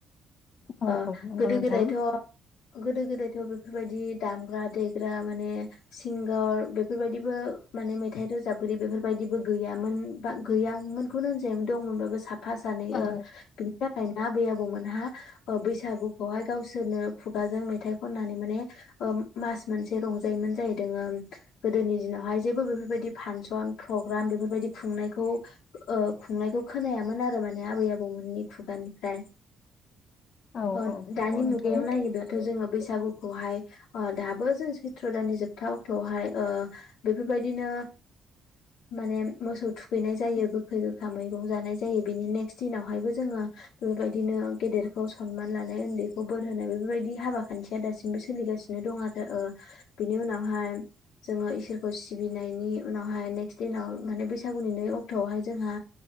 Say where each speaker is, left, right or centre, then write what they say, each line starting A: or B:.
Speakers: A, on the left; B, on the left.
A: औ
B: ओ
A: औ नंगौ
B: गोदो
A: नोंथां
B: गोदायथ' गोदो गोदायथ' बेफोरबायदि दामग्रा दे ग्रा माने सिंगार बेफोरबायदिबो माने मेथाइ रोजाबगिरि बेफोरबायदिबो गैयामोन बा गैयामोनखौनो होनजायोमोन दंमोनबाबो साब साफा सानै
A: औ
B: ओ बिनि थाखायनो आबै आबौमोनहा ओ बैसागुखौहाय गावसोरनो खुगाजों मेथाइ खननानै माने ओ मा मोनसे रंजायोमोन जाहैदोंङ गोदोनि दिनावहाय जेबो बेफोरबायदि फांसन प्रग्राम बेफोरबायदि खुंनायखौ ओ खुंनायखौ खोनायामोन आरो माने आबै आबौमोननि खुगानिफ्राय
A: औ
B: अ
A: औ नंगौ
B: दानि मुगायाव
A: नोंथां
B: नायोबाथ' जोङो बैसागु बागुखौहाय ओ दाबो जों सैत्र' दाननि जोबथा अक्ट'आवहाय ओ बेफोरबायदिनो माने मोसौ थुखैनाय जायो गोखै गोखा मैगं जानाय जायो बिनि नेक्सट दिनावहायबो जोङो बेफोरबायदिनो गेदेरखौ सनमान लानाय उन्दैखौ बोर होनाय बेफोरबायदि हाबा खान्थिया दासिमबो सोलिगासिनो दं आरो बिनि उनावहाय जोङो इसोरखौ सिबिनायनि उनावहाय नेक्स्ट दिनाव माने बैसागुनि नै अक्ट'आवहाय जोंहा